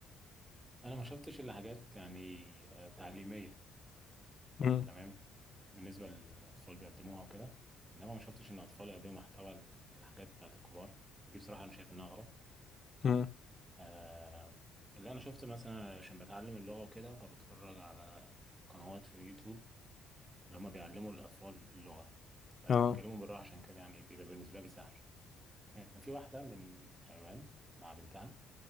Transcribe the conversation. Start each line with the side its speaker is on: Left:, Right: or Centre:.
Right: انا ما شفتش الا حاجات يعني آه، تعليميه
Left: مم.
Right: تمام بالنسبه للاطفال بيقدموها وكده انما ما شفتش ان الاطفال يقدموا محتوى الحاجات بتاعت الكبار ودي بصراحه انا شايف انها غلط
Left: مم.
Right: تمام آه اللي انا شفت مثلا عشان بتعلم اللغه وكده فبتفرج على قنوات في اليوتيوب اللي هم بيعلموا الاطفال اللغه فبيتكلموا
Left: اه
Right: بالراحه عشان كده يعني بيبقى بالنسبه لي سهل كان في واحده من تايوان مع بنتها